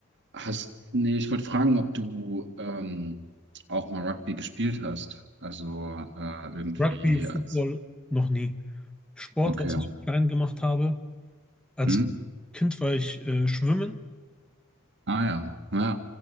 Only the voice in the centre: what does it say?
Rugby, Football
noch nie. Sport,
was ich klein gemacht habe. Als
Kind war ich äh, schwimmen